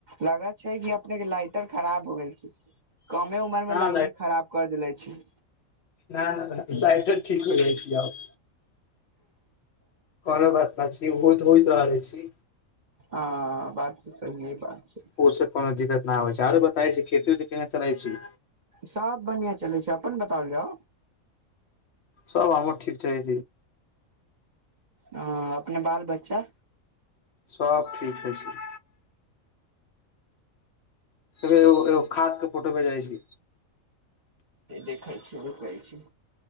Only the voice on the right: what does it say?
लगत छै, कि अपने के लाइटर खराब हो गेल छै। कमे उमर मे
लाइटर खराब कर देले छै।
हँ, बात तऽ साहिये बात छै।
सभ बढ़िआ चलै छै अपन बताल यै।
आ, अपने बाल बच्चा
देखै छी रुकै छी।